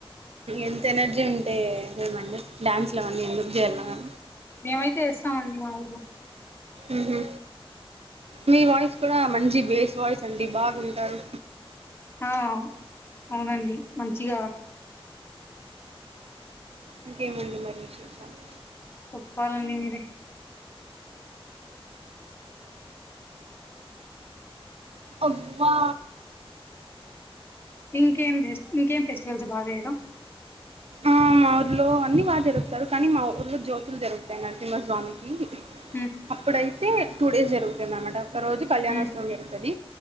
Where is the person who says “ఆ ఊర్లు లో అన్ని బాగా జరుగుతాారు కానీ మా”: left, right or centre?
Right